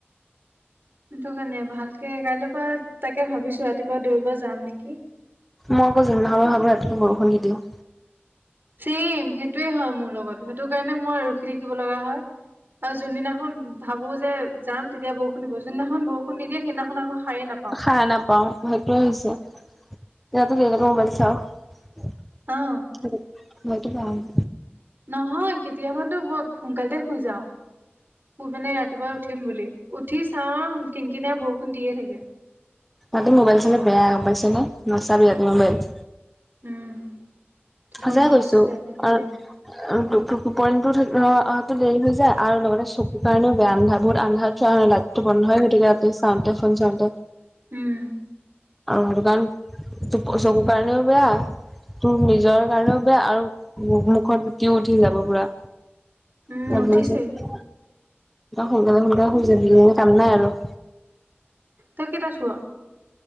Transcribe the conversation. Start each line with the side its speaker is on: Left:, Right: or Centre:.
Right: সেইটো কাৰণে ভালকে কাইলৈৰ পৰা তাকে ভাবিছো ৰাতিপুৱা দৌৰিব যাম নেকি
Centre: মই আকৌ যোনদিনাখনপা ভাবোঁ ৰাতিপুৱা বৰষুণ নিদিওঁ
Right: চেইম সেইটোৱে হয় মোৰ লগত সেইটো কাৰণে মই ৰখি থাকিব লগা হয়। আৰু যোনদিনাখন ভাবোঁ যে যাম তেতিয়া বৰষুণ দিব, যোনদিনাখন বৰষুণ নিদিয়ে সেইদিনাখন আকৌ সাৰে নাপাওঁ।
Centre: সাৰ নাপাওঁ সেইটোৱে হৈছে, ৰাতি দেৰিলৈকে মোবাইল চাওঁ।
Right: অ
Centre: সেইটো কাৰণ
Right: নহয় কেতিয়াবাতো বৰ সোনকালতে শুই যাওঁ, শুই পিনে ৰাতিপুৱা উঠিম বুলি। উঠি চাওঁ কিন কিনিয়া বৰষুণ দিয়ে থাকে।
Centre: ৰাতি মোবাইল চালে বেয়া গম পাইছে নে, নাচাবি ৰাতি মোবাইল।
Right: উম টোপনিটো
Centre: সঁচাই কৈছো
Right: গুচি যায় বহুত দেৰিলৈকে
Centre: আ টো টোপনীতো অহাটো দেৰি হৈ যায় আৰু লগতে চকুৰ কাৰণেও বেয়া আন্ধাৰ বহুত আন্ধাৰত চোৱা হয় লাইট টো বন্ধ হয় গতিকে আকৌ চাওঁতে ফোন চাওঁতে।
Right: উম
Centre: সেটোকাৰন তোৰ চকু কাৰণেও বেয়া তোৰ নি নিজৰ কাৰণেও বেয়া আৰু মুখত গুটি উঠি যাব পুৰা।
Right: উম,
Centre: তাৰ
Right: উঠিছেই
Centre: পিছত সোনকালে সোনকালে শুই যাবি কাম নাই আৰু
Right: তই কেটাত শুৱ?